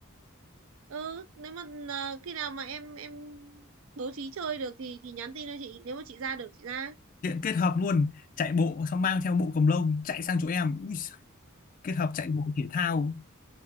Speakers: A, on the right; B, on the left.
A: ừ nếu mà ờ, khi nào mà em em bố trí chơi được thì thì nhắn tin cho chị nếu mà chị ra được chị ra
B: Hiện kết hợp luôn chạy bộ xong mang theo bộ cầu lông chạy sang chỗ em Ui, giời, kết hợp chạy bộ thể thao